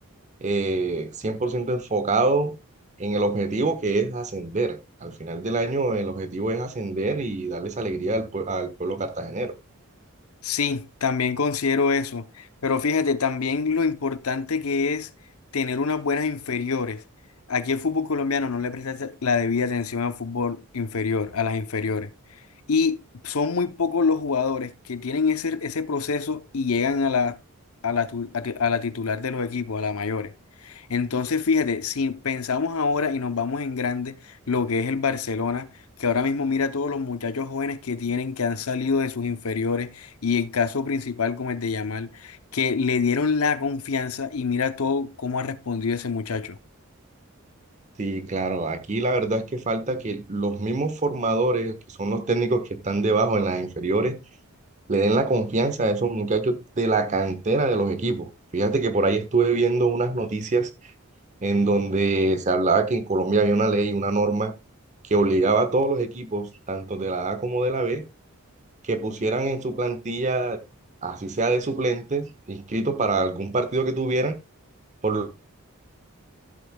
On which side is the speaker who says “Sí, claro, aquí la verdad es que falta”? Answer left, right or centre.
Right